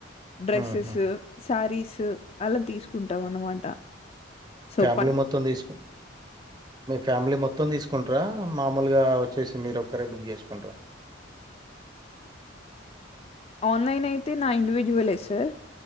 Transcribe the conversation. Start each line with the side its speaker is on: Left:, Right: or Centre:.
Left: డ్రెస్సెస్
Right: ఉహు
Left: సు సారీ సు అలా తీసుకుంటాం అన్నమాట సొ
Right: మిలీ మొత్తం తీసు మీ ఫ్యామిలీ మొత్తం తీసుకుంట్రా మా మామూలుగా వచ్చేసి మీరు ఒక్కరే బుక్ చేసుకుంట్రూ
Left: ఆన్లైన్ అయితే నా ఇండివిజువలే సార్